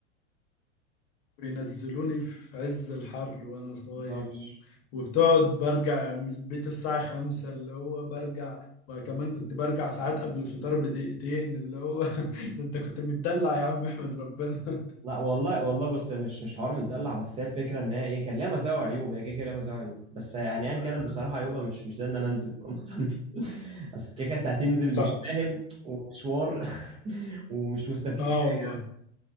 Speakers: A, on the left (about 45°); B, on the right (about 20°).
A: بينزلوني في عز الحر وانا صايم
B: متهزرش
A: و... وبتقعد برجع من البيت الساعة خمسة اللي هو برجع وكمان كنت برجع ساعات قبل الفطار بدقيقتين اللي هو <laughs> انت كنت متدلع يا عم احمد ربنا
B: لا والله والله بص هي مش مش حوار متدلع بس هي الفكره ان هي ايه كان ليها مزايا وعيوب هي كده كده ليها مزايا وعيوب بس يعني ايا كانت بصراحه عيوبها مش مش زي ان انا انزل في رمضان دي <laughs> بس كده كده أنت هتنزل
A: صعب
B: مش فاهم ومشوار <laughs> ومش مستفيد
A: اه
B: حاجه
A: والله